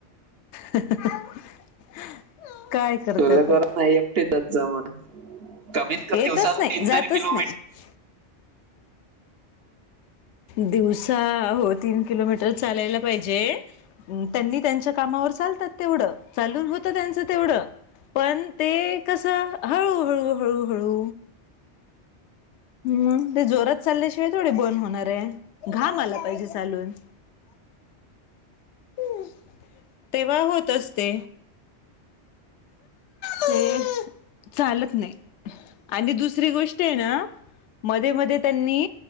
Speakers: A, on the left; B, on the right.
A: <inaudible> करते
B: तुला
A: आता
B: गरज नाही एकटी जात जा म्हणायच. कमीत कमी
A: येतच
B: दिवसाात
A: नाही
B: तीन
A: जातच
B: तर किलोमीटर
A: नाही दिवसा हो तीन किलोमीटर चालायला पाहिजे. त्यांनी त्यांच्या कामावर चालतात तेवढं चालून होतं त्यांचं तेवढं पण ते कसं हळूहळू हळूहळू. हम्म ते जोरात चालल्या शिवाय थोडी बर्न् होणार आहे घाम आला पाहिजे चालून. हम्. तेव्हा होत असते. ते चालत नाही. आणि दुसरी गोष्ट आहे ना मध्ये मध्ये त्यांनी.